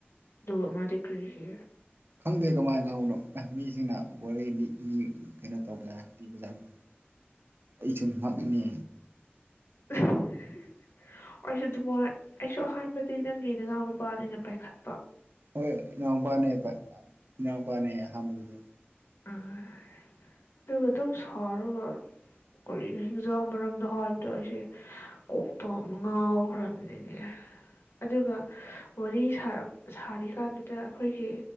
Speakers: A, on the left (about 75°); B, on the right (about 60°).
A: ꯑꯗꯨꯒ ꯑ ꯑꯃ ꯀꯔꯤꯒꯤ
B: ꯈꯪꯗꯦ ꯀꯃꯥꯏꯅ ꯈꯪꯅꯣ ꯃꯤꯁꯤꯡꯅ ꯋꯥꯔꯤ ꯀꯩꯅꯣ ꯇꯧꯕꯖꯥ ꯂꯤꯕꯖꯥꯠꯅ ꯑꯩ ꯁꯨꯝ ꯉꯛꯏꯅꯦ
A: ꯑꯩꯁꯨ ꯑꯗꯨꯃꯣꯏ ꯑꯩꯁꯨ ꯑꯍꯥꯟꯕꯗꯤ ꯅꯪꯒꯤ ꯅꯅꯥꯎ ꯃꯄꯥꯅ ꯑꯩꯅ ꯄꯥꯏꯈꯠ
B: ꯍꯣꯏ ꯏꯅꯥꯎꯄꯥꯅꯦꯕ ꯏꯅꯥꯎꯄꯥꯅꯦ ꯑꯍꯥꯟꯕꯒꯤꯗꯣ
A: ꯑꯥ ꯑꯗꯨꯒ ꯑꯗꯨꯝ ꯁꯥꯎꯔꯒ ꯀꯔꯤꯅꯣ ꯍꯤꯡꯖꯥꯡ ꯃꯔꯝꯗꯣ ꯍꯥꯏꯕꯗꯣ ꯑꯩꯁꯦ ꯀꯣꯛꯇ ꯑꯃ ꯉꯥꯎꯈ꯭ꯔ <inaudible> ꯑꯗꯨꯒ ꯋꯥꯔꯤ ꯁꯥꯔ ꯁꯥꯔꯤꯀꯥꯟꯗꯨꯗ ꯑꯩꯈꯣꯏꯒꯤ